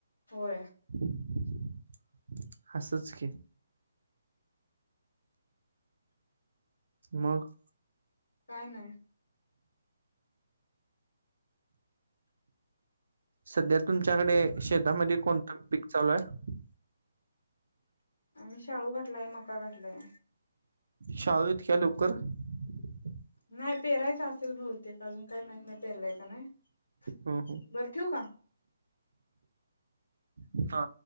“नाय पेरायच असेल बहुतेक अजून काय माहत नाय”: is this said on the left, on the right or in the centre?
Left